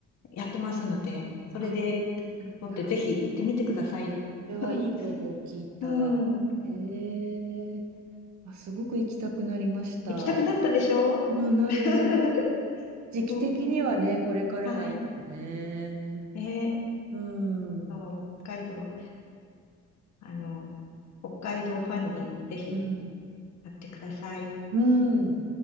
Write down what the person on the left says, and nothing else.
やってますので、それで、
取ってぜひ行ってみてくださいよ。<laughs>
うん。
行きたくなったでしょ
<laughs>
うん。
はい。ね。
そう、北海道。あの、北海道ファンにぜひ
なってください。